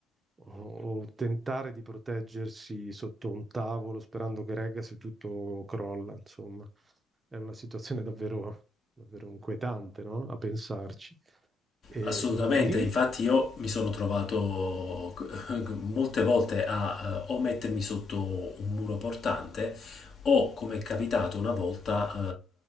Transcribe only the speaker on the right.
o, o tentare di proteggersi sotto un tavolo sperando che regga se tutto crolla. Insomma, è una situazione davvero, davvero inquietante, no? A pensarci. E,
mh, lì